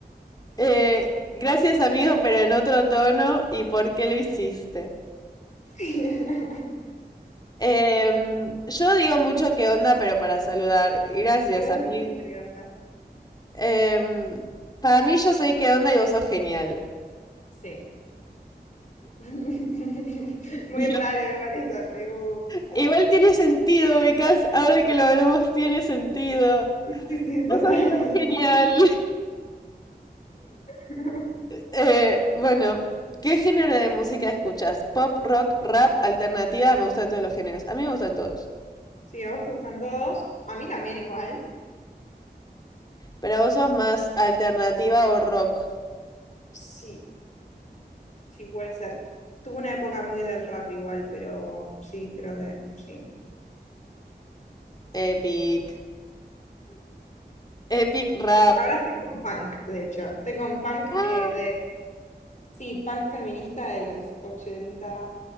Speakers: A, on the left; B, on the left.
A: Eh, gracias, amigo, pero en otro tono. ¿Y por qué lo hiciste?
B: <laughs>
A: Em, yo digo mucho qué onda, pero para saludar. Gracias,
B: Y vos
A: amigo.
B: decís mucho qué onda.
A: Em, para mí, yo soy qué onda y vos sos genial.
B: Sí. <laughs>
A: Dios.
B: Muy raro igual esa pregunta.
A: Igual tiene sentido, ubicás. Ahora que lo hablamos, tiene sentido.
B: Sí, sí, totalmente.
A: Vos sos re genial.
B: <laughs>
A: Eh, bueno, ¿qué género de música escuchas? Pop, rock, rap, alternativa. Me gustan todos los géneros. A mí me gustan todos.
B: Sí, a vos te gustan todos. A mí también igual.
A: Pero vos sos más alternativa o rock.
B: Sí, sí puede ser. Tuve una época muy del rap igual, pero sí, creo que sí.
A: Epic. Epic rap.
B: Ahora estoy con punk, de hecho. Estoy con punk
A: Ah,
B: eh, de... Sí, punk feminista de los ochenta